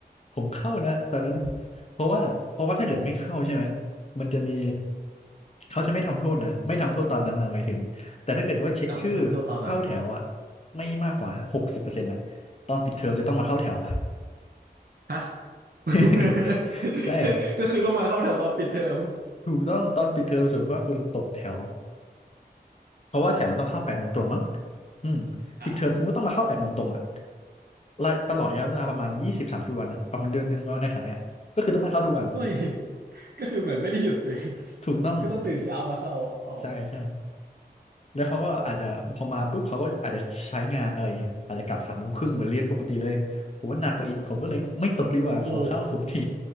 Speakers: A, on the left (about 40°); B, on the right (about 65°).
A: ผมเข้านะตอนนั้นเพราะว่าเพราะว่าถ้าเกิดไม่เข้าใช่ไหมมันจะมีเขาจะไม่ทำโทษนะไม่ทำโทษตอนนั้นนะหมายถึงแต่ถ้าเกิดว่าเช็คชื่อเข้าแถวอะ
B: อ่าไม่ทำโทษตอนนั้น
A: ไม่มากกว่าหกสิบเปอร์เซ็นต์อะตอนติดเทอมจะต้องมาเข้าแถว
B: ฮะ <laughs>
A: <laughs> ใช่
B: ก็คือต้องมาเข้าแถวตอนปิดเทอม
A: ถูกต้องตอนปิดเทอมสมมติว่าคุณตกแถวเพราะว่าแถวมันต้องเข้าแปดโมงตรงมั้งอืมปิดเทอมคุณก็ต้องมาเข้าแปดโมงตรงอะ
B: อ่า
A: และตลอดระยะเวลาประมาณยี่สิบสามสิบวันอะประมาณเดือนหนึ่งประมาณในแถวเนี้ยก็คือต้องมาเข้าทุกวัน
B: เฮ้ยก็คือเหมือนไม่ได้หยุดตัเง
A: ถูกต้อง
B: ก็ต้องตื่นเช้ามาเข้าอ๋อ
A: ใช่ใช่ แล้วเขาก็อาจจะพอมาปุ๊บเขาก็อาจจะใช้งานอะไรเงี้ยอาจจะกลับสามโมงครึ่งเหมือนเรียนปกติเลยผมว่าหนักกว่าอีกผมก็เลยไม่ตกดีกว่าขอเข้าปกติ
B: โอ้